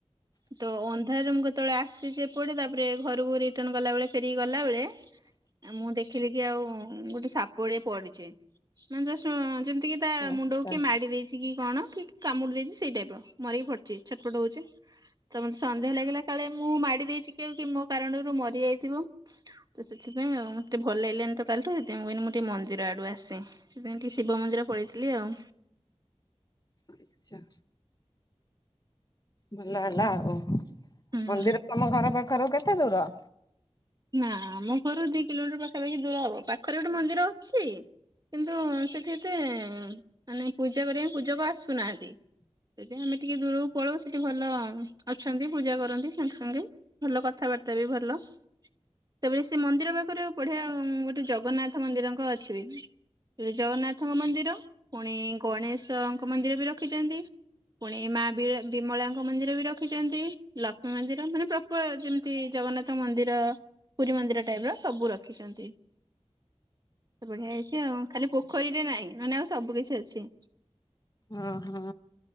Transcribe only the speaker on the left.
ଆଛା
ଆଚ୍ଛା, ଭଲ ହେଲା ଆଉ
ମନ୍ଦିର,
ତମ ଘର ପାଖରୁ କେତେ ଦୂର।
ଓ ହୋ